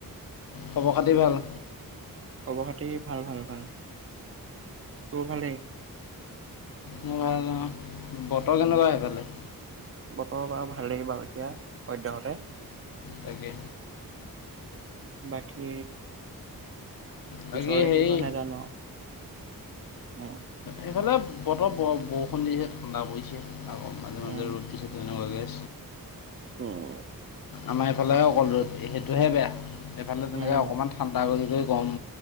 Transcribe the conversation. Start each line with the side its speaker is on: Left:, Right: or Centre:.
Left: খবৰ খাতি ভাল।
Right: খবৰ খাটি ভাল ভাল ভাল ত'ফালে।
Left: মে ল বতৰ কেনেকুৱা
Right: উম
Left: সেইফালে।
Right: বতৰ বাৰু ভাল লাগিব ব আৰু এতিয়া সদ্যহতে।
Left: তাকে।
Right: বাকী
Left: বাকী
Right: চৰলে
Left: হেৰি
Right: কি, হয় নাজানো আৰু। উম
Left: এইফালে বতৰ বৰ বৰষুণ দিছে ঠাণ্ডা পৰিছে। আকৌ মাজে
Right: উম।
Left: মাজে ৰ'দ দিছে তেনেকুৱাকে
Right: উম
Left: আমাৰ এইফালেহে অকল ৰ'দ সেইটোহে বেয়া সেইফালে তেনেকৈ
Right: উম
Left: অকণমান ঠাণ্ডা কৰি কৰি গম